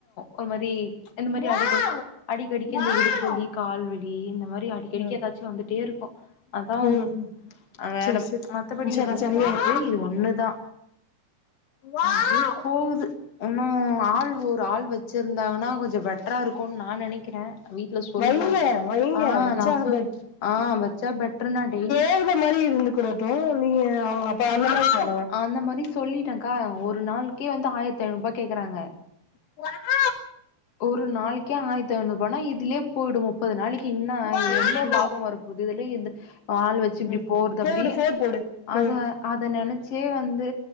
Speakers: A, on the left; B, on the left.
A: ஒரு மாரி இந்த மாரி
B: வாவ்
A: அடிக்கடி அடிக்கடிக்க
B: வாவ்
A: இந்த இடுப்பு வலி கால்வலி இந்த மாரி அடிக்கடிக்க
B: ம்
A: எதாச்சு வந்துட்டே இருக்கு அதா
B: ம்
A: ஒண்ணு
B: ம்
A: வேற
B: சேரி சேரி
A: மத்தபடி
B: இன்ஷால்லா
A: எதுவு
B: சரியாயிரு
A: கெடயாது இது ஒண்ணுதா
B: வாவ்
A: எங்கயோ போவுது இன்னு ஆள் ஒரு ஆள் வச்சிருந்தாங்கனா கொஞ்சோ பெட்ரா இருக்குன்னு நா நெனக்கிறே வீ சொல்வே
B: வைங்க வைங்க
A: ஆஹ்
B: வச்சா
A: நா சொ
B: பட்
A: ஆஹ் வச்சா பெட்ரா டெய்லி
B: போற மாரி இருந்துக்கனு அப்போ நீங்க அவுங்க அப்ப அந்த மாரி தானே
A: அந்த மாரி சொல்லிட்டேக்கா ஒரு நாள்க்கே வந்து ஆயிரத்தி ஐநூறுபா கேக்குறாங்க
B: குவா
A: ஒரு நாளக்கே ஆயிரத்தி ஐநூறுபானா இதுலே போயிடு மு முப்பது நாளைக்கி இன்னா
B: ம்
A: எவ்ளோ
B: ம்
A: லாபம் வரப்போது இதுல இந்த ஆள் வச் சி இப்டி
B: ம்
A: போறது அப்டி
B: போடு ஃபோர் போடு
A: அத
B: ம்
A: அத நெனைச்சே வந்து